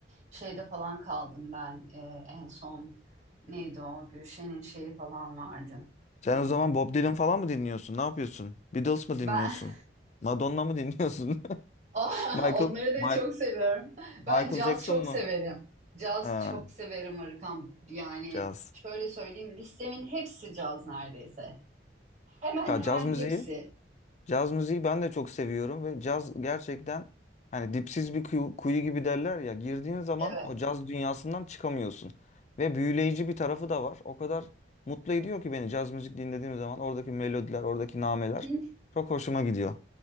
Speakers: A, on the right; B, on the left.
A: Şeyde falan kaldım ben ee, en son neydi o Gülşen'in şeyi falan vardı.
B: Sen
A: Hmm,
B: o zaman Bob Dylan falan mı dinliyorsun? Ne yapıyorsun? Beatles mı dinliyorsun?
A: Ben <laughs>
B: Madonna mı dinliyorsun? <laughs>
A: <laughs>
B: Michael,
A: Onları da
B: Mike,
A: çok seviyorum. Ben
B: Michael
A: caz
B: Jackson
A: çok
B: mu?
A: severim. Caz
B: Ha,
A: çok severim Arıkan. Yani
B: caz.
A: şöyle söyleyeyim listemin hepsi caz neredeyse. Hemen
B: Ya
A: hemen
B: caz müziği,
A: hepsi.
B: caz müziği ben de çok seviyorum ve caz gerçekten hani dipsiz bir kuyu, kuyu gibi derler ya girdiğin zaman
A: Evet.
B: o caz dünyasından çıkamıyorsun. Ve büyüleyici bir tarafı da var. O kadar mutlu ediyor ki beni caz müzik dinlediğim zaman oradaki melodiler, oradaki nameler
A: <laughs>
B: çok hoşuma gidiyor.